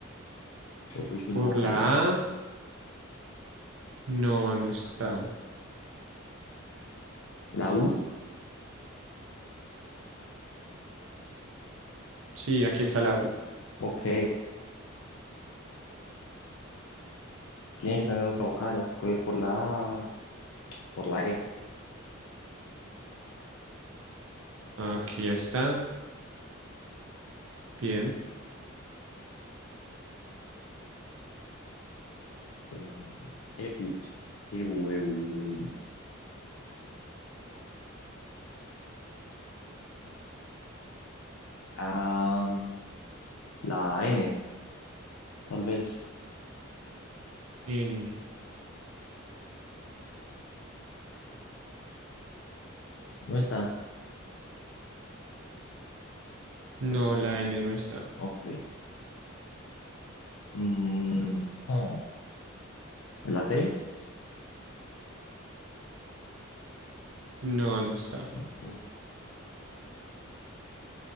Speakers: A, on the left (about 80°); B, on the right (about 70°).
A: Yo voy full
B: Por
A: vocales.
B: la A, no, no está.
A: La U.
B: Sí, aquí está la U.
A: Ok. Tiene que tener otra vocal, así que voy por la por la E.
B: Aquí está. Bien.
A: Em, E U E U La, la N, tal vez.
B: N.
A: No está.
B: No,
A: O sí está.
B: la N no está.
A: Ok. Mm, oh, La T,
B: No, no está.
A: tampoco.